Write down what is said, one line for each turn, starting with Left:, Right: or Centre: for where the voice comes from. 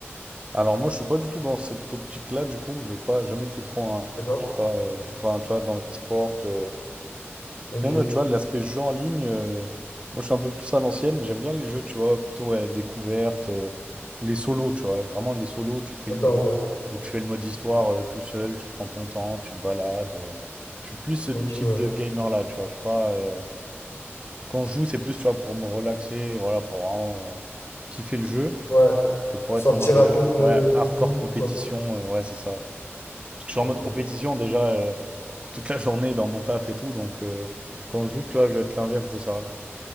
Right: Alors moi je suis pas du tout dans cette optique-là du coup, j'ai pas jamais été trop un,
Left: D'accord.
Right: je sais pas, euh, enfin tu vois dans le e-sport, euh,
Left: Ok.
Right: Et même, tu vois, l'aspect jeu en ligne, euh, moi je suis un peu plus à l'ancienne, j'aime bien les jeux, tu vois, plutôt ouais, découverte, euh, les solos, tu vois, vraiment les solos, tu fais
Left: D'accord,
Right: le,
Left: ouais.
Right: où tu fais le mode histoire euh, tout seul, tu prends ton temps, tu te balades. euh. je suis plus ce
Left: Ok,
Right: type
Left: ouais.
Right: de gamer là, tu vois, je suis pas. euh, quand je joue, c'est plus, tu vois, pour me relaxer, voilà, pour vraiment euh, kiffer le jeu,
Left: Ouais.
Right: que pour
Left: Sortir
Right: être en mode euh,
Left: un peu de
Right: ouais, hardcore
Left: boule,
Right: compétition,
Left: quoi.
Right: euh, ouais, c'est ça. Parce que je suis
Left: Ok.
Right: en mode compétition déjà euh, toute la journée dans mon taf et tout, donc euh, quand je joue, tu vois, je vais être l'inverse de ça.